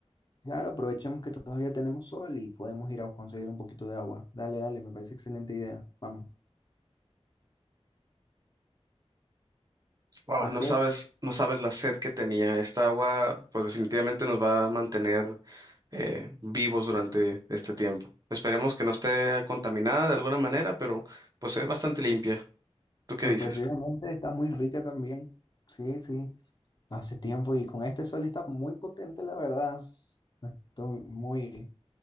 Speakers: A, on the left; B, on the right.
A: Claro, aprovechemos que todavía tenemos sol y podemos ir a conseguir un poquito de agua. Dale, dale, me parece excelente idea. Vamos.
B: Wow,
A: Ok,
B: no sabes, no sabes la sed que tenía. Esta agua, pues definitivamente nos va a mantener eh, vivos durante este tiempo. Esperemos que no esté contaminada de alguna manera, pero pues es bastante limpia. ¿Tú qué
A: sorpresivamente
B: dices?
A: está muy rica también. Sí, sí, hace tiempo y con este sol está muy potente, la verdad. Estoy muy,